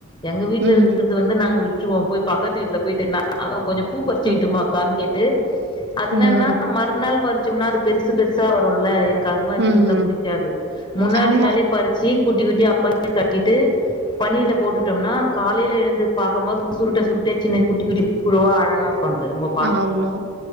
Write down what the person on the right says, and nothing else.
ம்
ம்
ம்
ம்
ஆமா
ஆமா